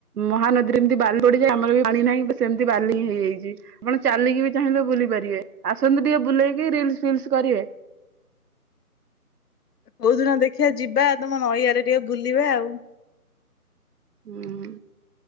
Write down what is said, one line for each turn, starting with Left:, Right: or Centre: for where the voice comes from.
Right: ମହାନଦୀରେ ଯେମିତି ବାଲି ପଡିଯାଏ ଆମର ବି ପାଣି ନାହିଁ ସେମିତି ବାଲି ହେଇଯାଇଛି ଆପଣ ଚାଲିକି ବି ଚାହିଁଲେ ବୁଲି ପାରିବେ ଆସନ୍ତୁ ଟିକେ ବୁଲେଇକି ରୀଲସ ଫିଲସ କରିବେ
Left: କୋଉଦିନ ଦେଖିବା ଯିବା ତମ ନଈଆଡେ ଟିକେ ବୁଲିବା ଆଉ
Right: ହୁଁ